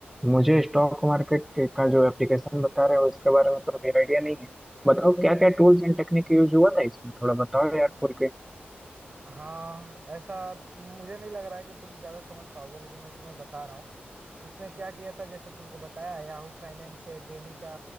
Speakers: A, in the centre; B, on the right.
A: मुझे स्टॉक मार्केट का जो एप्लीकेशन बता रहे हो इसके बारे में तो अभी आइडिया नहीं है बताओ क्या क्या टूल्स एंड टेक्निक यूज हुआ था इसमें थोड़ा बताओ यार खुल के
B: हाँ ऐसा मुझे नहीं लग रहा है कि तुम ज्यादा समझ पाओगे लेकिन मैं तुम्हें बता रहा हूँ इसमें क्या किया था जैसे तुमको बताया याहू फाइनेंस से डेली का